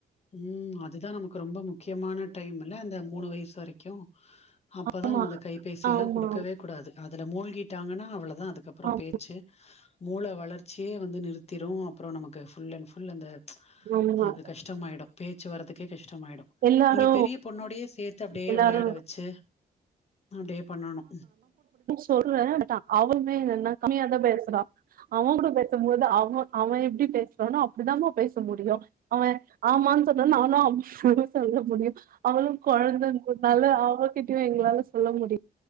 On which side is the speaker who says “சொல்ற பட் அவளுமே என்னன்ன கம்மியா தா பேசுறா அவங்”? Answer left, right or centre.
Right